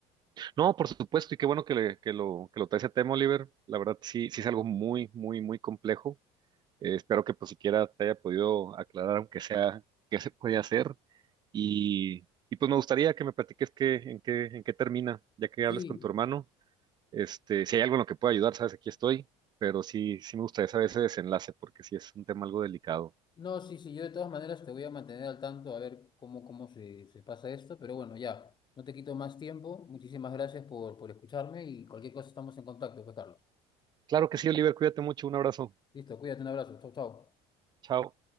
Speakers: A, on the right; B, on the left.
A: No, por supuesto, y qué bueno que, le- que lo, que lo traes a tema, Oliver. La verdad, sí, sí es algo muy, muy, muy complejo. Eh, espero que pues siquiera te haya podido aclarar, aunque sea, qué se puede hacer. Y, y pues me gustaría que me platiques qué, en qué, en qué termina, ya que hables
B: Sí,
A: con tu hermano. Este, si hay algo en lo que pueda ayudar, sabes, aquí estoy, pero sí, sí me gustaría saber ese desenlace porque sí es un tema algo delicado.
B: no, sí, sí, yo de todas maneras te voy a mantener al tanto a ver cómo, cómo se, se pasa esto. Pero bueno, ya, no te quito más tiempo. Muchísimas gracias por, por escucharme y cualquier cosa estamos en contacto, pues Carlos.
A: Claro que sí, Oliver, cuídate mucho, un abrazo.
B: Listo, cuídate, un abrazo. Chau, chau.
A: Chao.